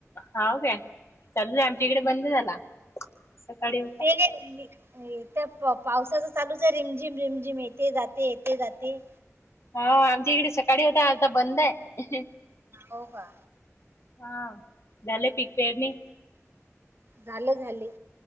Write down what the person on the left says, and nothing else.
होव काय चालू आमच्या इकडे बंद झाला सकाळी होता
हा आमच्या इकडे सकाळी होता आता बंद आहे
हा झाले पीक पेरणी?